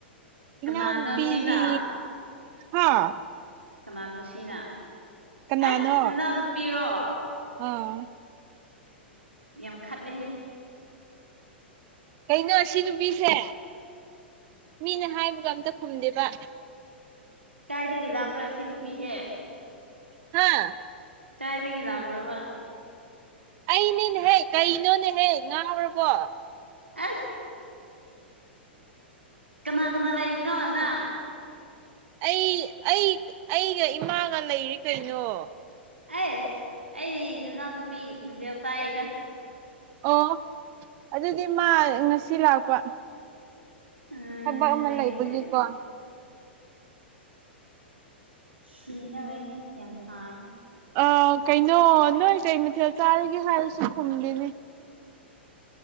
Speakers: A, on the right; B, on the right.
A: ꯏꯅꯥꯎ
B: ꯀꯅꯥꯅꯣ
A: ꯅꯨꯄꯤꯒꯤ
B: ꯁꯤꯅ
A: ꯍꯥꯥ
B: ꯀꯅꯥꯅꯣ ꯁꯤꯅ
A: ꯀꯅꯥꯅꯣ
B: ꯑꯁ ꯅꯅꯥꯎ ꯅꯨꯄꯤꯔꯣ
A: ꯑꯥ
B: ꯌꯥꯝ ꯈꯠꯂꯦꯍꯦ
A: ꯀꯩꯅꯣ ꯁꯤ ꯅꯨꯄꯤꯁꯦ ꯃꯤꯅ ꯍꯥꯏꯕꯒ ꯑꯝꯇ ꯈꯨꯝꯗꯦꯕ
B: ꯀꯥꯏꯗꯒꯤ ꯂꯥꯕ꯭ꯔ ꯁꯤ ꯅꯨꯄꯤꯁꯦ
A: ꯍꯥꯥ
B: ꯀꯥꯏꯗꯒꯤ ꯂꯛꯄ꯭ꯔꯕ
A: ꯑꯩꯅꯤꯅꯦꯍꯦ ꯀꯩꯅꯣꯅꯦꯍꯦ ꯉꯥꯎꯔꯕꯣ
B: ꯑꯁ ꯀꯅꯥ ꯀꯅꯥ ꯂꯩꯕꯅꯣ ꯅꯪ
A: ꯑꯩ ꯑꯩ ꯑꯩꯒ ꯏꯃꯥꯒ ꯂꯩꯔꯤ ꯀꯩꯅꯣ
B: ꯑꯩꯁ ꯑꯩꯗꯤ ꯅꯅꯥꯎ ꯅꯨꯄꯤꯒꯤ ꯈꯨꯟꯖꯦꯜ ꯇꯥꯏꯌꯦꯗ
A: ꯑꯣ ꯑꯗꯨꯗꯤ ꯃꯥ ꯉꯁꯤ ꯂꯥꯛꯄ
B: ꯑ
A: ꯊꯕꯛ ꯑꯃ
B: ꯑꯗꯨꯒꯤꯅꯦ
A: ꯂꯩꯕꯒꯤꯀꯣ
B: ꯁꯤꯗꯧꯔꯦꯍꯦ ꯌꯥꯝ ꯁꯥꯥꯕꯁꯤꯗ
A: ꯑꯥ ꯀꯩꯅꯣ ꯅꯣꯏ ꯀꯩ ꯃꯊꯦꯜ ꯆꯥꯔꯒꯦ ꯍꯥꯏꯔꯁꯨ ꯈꯨꯝꯗꯦꯅꯦ